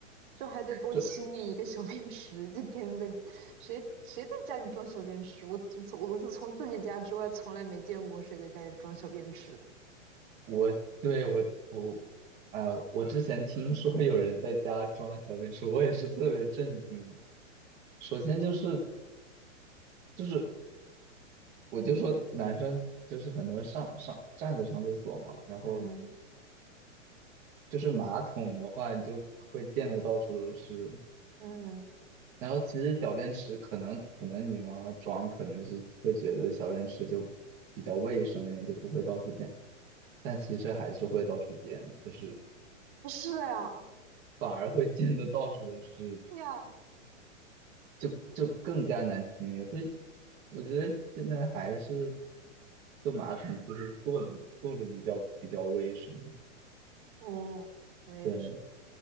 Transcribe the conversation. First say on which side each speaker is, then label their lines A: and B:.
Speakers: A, on the right (about 40°); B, on the right (about 20°).
A: 就还得多清理一个小便池，
B: 这。
A: 就天天在谁谁在家里装小便池？我从我就从自己家之外从来没见过谁在家里装小便池的。
B: 我对我我呃，我之前听说有人在家装小便池，我也是特别震惊啊首先就是就是我就说男生就是很多人上上站着上厕所嘛，然后
A: 嗯，
B: 就是马桶的话你就会溅得到处都是。
A: 嗯，
B: 然后其实小便池可能可能你妈妈装可能是会觉得小便池就比较卫生一点，就不会到处溅，但其实还是会到处溅，就是
A: 是呀，
B: 反而会溅得到处都是。
A: 对呀，
B: 就就更加难听一点。所以我觉得现在还是坐马桶就是坐着坐着比较比较卫生。
A: 嗯，我也是。
B: 对，